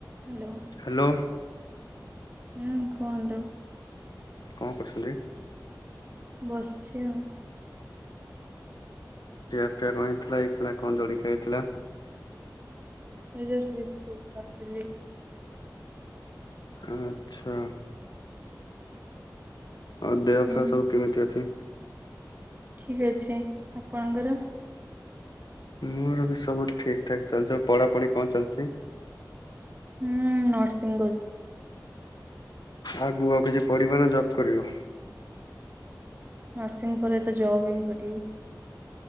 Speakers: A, on the right; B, on the left.
A: Hello.
B: Hello.
A: ହୁଁ କୁହନ୍ତୁ।
B: କଣ କରୁସନ୍ତି?
A: ବସିଚି ଆଉ।
B: ଖିଆ ପିଆ କଣ ହେଇଥିଲା ଏଇ ଖଣା କଣ ଜଳିଖିକା ହେଇଥିଲା?
A: ଏଇ ଜଷ୍ଟ ବିସ୍କୁଟ ଖାଉଥିଲି।
B: ଆଚ୍ଛା। ଆଉ ଦେହ
A: ହୁଁ
B: ଫେହ ସବୁ କେମିତି ଅଛି?
A: ଠିକ୍ ଅଛି। ଆପଣଙ୍କର?
B: ମୋର ବି ସବୁ ଠିକ ଠାକ ଚାଲିଛି। ପଢାପଢି କଣ ଚାଲିଛି?
A: ହୁଁ ନରସିଂହୁ କରୁଛି।
B: ଆଗକୁ ଆଉ କିଛି ପଢିବ ନା ଜବ୍ କରିବ?
A: ନର୍ସିଂ ପରେ ତ ଜବ ହିଁ କରିବି।